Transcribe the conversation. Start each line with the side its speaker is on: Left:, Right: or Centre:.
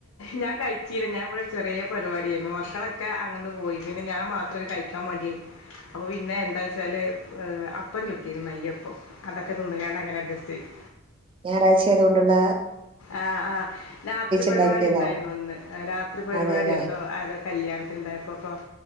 Left: ഞാൻ കഴിച്ചീല്ല ഞാൻ ഇവിടെ ചെറിയ പരിപാടിയായിരുന്നു മക്കളൊക്കെ അങ്ങട് പോയി പിന്നെ ഞാൻ മാത്രം കഴിക്കാൻ മടിയായി അപ്പ പിന്നെ എന്താച്ചാല് അപ്പം ചുട്ടിയിരുന്നു നെയ്യപ്പം അതൊക്കെ തിന്നുകാണ്ട് അങ്ങനെ അഡ്ജസ്റ്റ് ചെയ്തു
Right: ഞായറാഴ്ച ആയതു കൊണ്ടുള്ള
Left: ആഹ് ആഹ് രാത്രി പരിപാടി
Right: ഇണ്ടാക്കിയതാവും.
Left: ഉണ്ടായിരുന്നു ഇന്ന് രാത്രി പരിപാടി
Right: അതേല്ലേ.
Left: എന്തോ ആരോ കല്യാണത്തിനുണ്ടായപ്പപ്പൊ